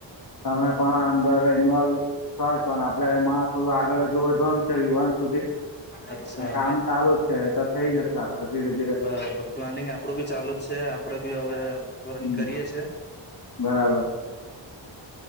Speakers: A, on the left; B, on the left.
A: તમે
B: હમ
A: પણ અંદર ઇન્વોલ્વ છ પણ આપડે એમાં તો આગળ હજુ વધવાનું છે વિવાન સુધી
B: અચ્છા
A: ને કામ ચાલુ જ છે તો થઈ જશે આપડે ધીરે ધીરે
B: બરાબર પ્લાનિંગ આપડું બી ચાલુ જ છે. આપડે બી હવે રન
A: હમ
B: કરીએ જ છે.
A: બરાબર.